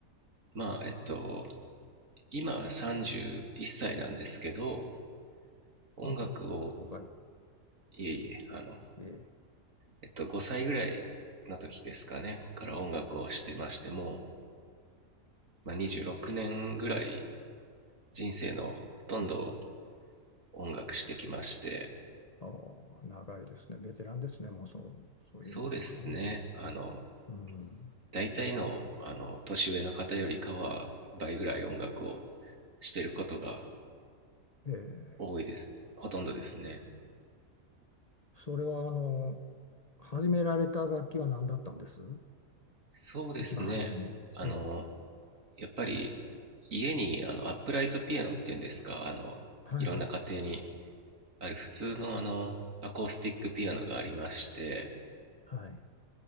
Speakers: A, on the right; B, on the left.
A: まあ、えっと、今31歳なんですけど、音楽を、
B: ああ、おかい。
A: いえいえ、あの、
B: ええ。
A: えっと、5歳ぐらいの時ですかね、から音楽をしてましても、まあ、26年ぐらい人生のほとんどを音楽してきまして、
B: ああ、長いですね。ベテランですね。もうそう、そういう意味ではね。
A: そうですね、あの、
B: うん。
A: 大体の、あの、年上の方よりかは倍ぐらい音楽をしてることが
B: ええ。
A: 多いです。ほとんどですね。
B: それは、あの、始められた楽器は何だったんです
A: そうですね、
B: 一番初めに。
A: あの、
B: ええ。
A: やっぱり家にあのアップライトピアノっていうんですか、あの、
B: はいはい。
A: いろんな家庭にある普通のあの、アコースティックピアノがありまして、
B: はい。